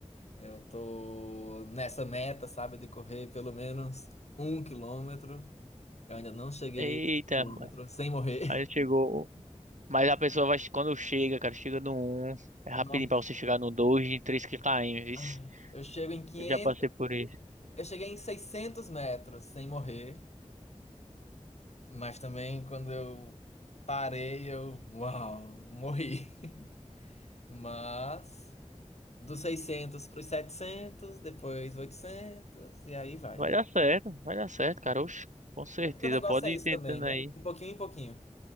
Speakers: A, on the left (about 60°); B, on the right (about 75°).
A: Eu tô nessa meta, sabe, de correr pelo menos um quilômetro. Eu ainda não cheguei
B: Eita,
A: a um quilômetro
B: mano.
A: sem morrer.
B: Aí chegou. Mas a pessoa vai, quando chega, cara, chega no um, é rapidinho
A: <laughs> Nossa,
B: pra você chegar no 2, em 3 km, vice.
A: ai, eu chego em 500.
B: Eu já passei por isso.
A: eu cheguei em 600 metros sem morrer. Mas também quando eu parei, eu, uau, morri. <laughs> Mas dos 600 para os setecentos depois oitocentos e aí vai,
B: Vai
A: né?
B: dar certo, vai dar certo, cara. Oxe, com certeza,
A: É porque o negócio
B: pode
A: é
B: ir
A: isso
B: tentando
A: também, né?
B: aí.
A: De pouquinho em pouquinho.